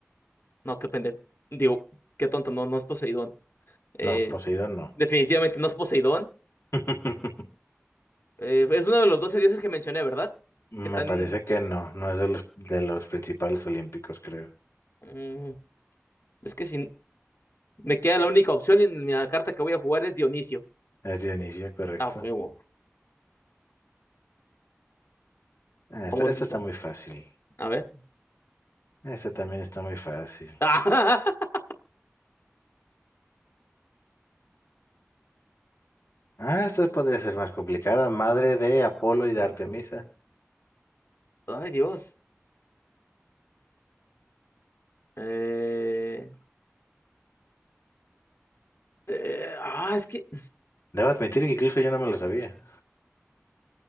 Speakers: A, on the left; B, on the left.
A: No, qué pendejo. Digo, qué tonto, no, no es Poseidón. Eh,
B: No, Poseidón no.
A: definitivamente no es Poseidón.
B: <laughs>
A: Eh, es uno de los 12 dioses que mencioné, ¿verdad? Que están.
B: Me parece que no, no es de los, de los principales olímpicos, creo.
A: mm, es que si me queda la única opción en la carta que voy a jugar es Dionisio.
B: Es Dionisio, correcto.
A: Ah, huevo.
B: Ah,
A: Vamos,
B: Esta, esta
A: Misa.
B: está muy fácil.
A: A ver.
B: Esta también está muy fácil.
A: <laughs>
B: Ah, esta podría ser más complicada. Madre de Apolo y de Artemisa.
A: Ay, Dios. Eh. Eh, ah, es que.
B: Debo admitir que incluso yo no me lo sabía.